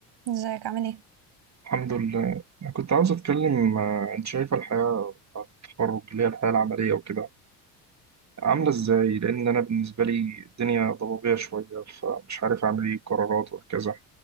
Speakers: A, on the right (about 55°); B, on the right (about 35°).
A: ازيك عامل ايه
B: الحمد لله أنا كنت عاوز أتكلم آه، أنت شايفة الحياة بعد التخرج اللي هي الحياة العملية وكده عاملة إزاي؟ لأن أنا بالنسبة لي الدنيا ضبابية شوية فمش عارف أعمل إيه قرارات وهكذا